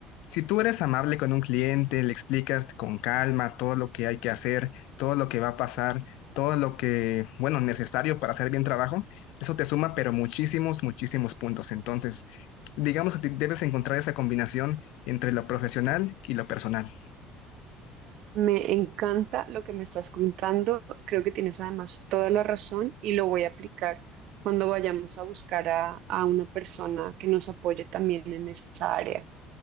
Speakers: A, on the left; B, on the right.
A: Si tú eres amable con un cliente, le explicas con calma todo lo que hay que hacer, todo lo que va a pasar, todo lo que, bueno, necesario para hacer bien trabajo, eso te suma, pero muchísimos, muchísimos puntos. Entonces, digamos que te- debes encontrar esa combinación entre lo profesional y lo personal.
B: Me encanta lo que me estás contando. Creo que tienes además toda la razón y lo voy a aplicar cuando vayamos a buscar a, a una persona que nos apoye también en esa área.